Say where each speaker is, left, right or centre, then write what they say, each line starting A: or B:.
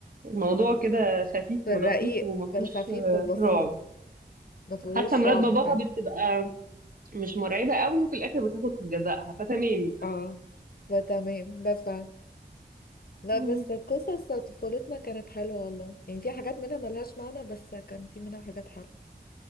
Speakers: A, on the right; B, on the left.
A: الموضوع كده خفيف
B: في
A: ولطيف
B: الرقيق
A: وما فيهوش
B: في الخفيف
A: آه،
B: في البسيط
A: رعب
B: ما فيهوش
A: حتى مرات
B: رعب
A: باباها
B: فعلا
A: بتبقى مش مرعبة قوي وفي الاخر بتاخد جزاءها فتمام يعني
B: اه فتمام بفهم لا
A: مم.
B: بس قصص طفولتنا كانت حلوة والله يعني في حاجات منها ملهاش معنى بس كان في منها حاجات حلوة